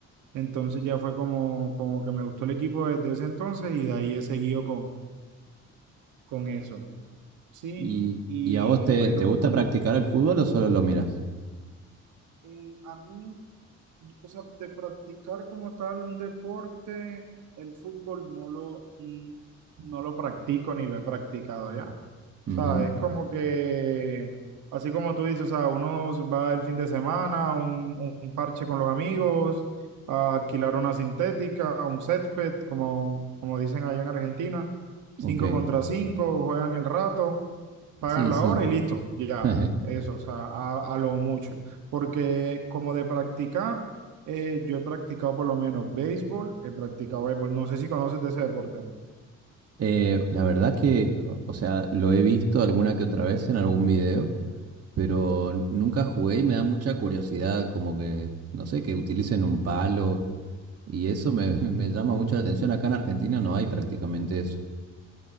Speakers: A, on the right; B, on the right.
A: Entonces ya fue como, como que me gustó el equipo desde ese entonces y de ahí he seguido con, con eso. Sí,
B: ¿Y,
A: y
B: y a vos te,
A: bueno,
B: te gusta practicar el fútbol o solo lo miras?
A: eh, a mí... Pues no, de practicar como tal un deporte, el fútbol no lo, mm, no lo practico ni lo he practicado ya. O
B: Ujú,
A: sea, es como que, así como tú dices, o sea, uno va el fin de semana a un, un parche con los amigos, a alquilar una sintética, a un césped, como, como dicen allá en Argentina, cinco
B: Ok,
A: contra cinco, juegan el rato pagan
B: sí,
A: la
B: sí.
A: hora y listo, ya,
B: <laughs>
A: eso, o sea, a, a lo mucho. Porque como de practicar, eh, yo he practicado por lo menos béisbol, he practicado béisbol, no sé si conoces de ese deporte.
B: Eh, la verdad que, o o sea, lo he visto alguna que otra vez en algún video, pero nunca jugué y me da mucha curiosidad, como que, no sé, que utilicen un palo y eso me, <laughs> me llama mucho la atención. Acá en Argentina no hay prácticamente eso.